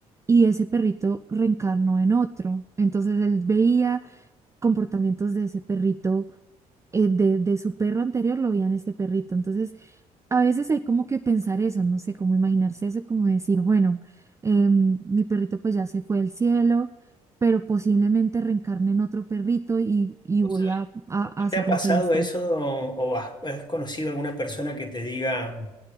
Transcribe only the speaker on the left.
¿Vos
sabés?
¿Nunca
te ha pasado
eso o, o has, has conocido alguna persona que te diga...